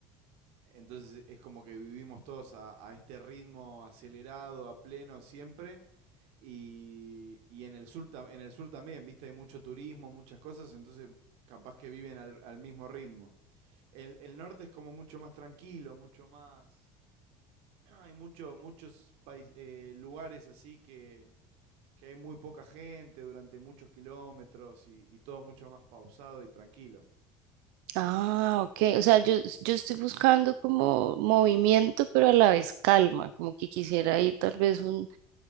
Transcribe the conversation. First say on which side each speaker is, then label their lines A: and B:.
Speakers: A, on the right (about 60°); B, on the right (about 80°).
A: entonces es como que vivimos todos a, a este ritmo acelerado, a pleno siempre. Y, y en el sur, tam- en el sur también, viste, hay mucho turismo, muchas cosas, entonces capaz que viven al, al mismo ritmo. El, el norte es como mucho más tranquilo, mucho más <clears throat> hay mucho, muchos pais- eh, lugares así que, que hay muy poca gente durante muchos kilómetros y, y todo mucho más pausado y tranquilo.
B: Ah, ok. O sea, yo, yo estoy buscando como movimiento, pero a la vez calma, como que quisiera ir tal vez un,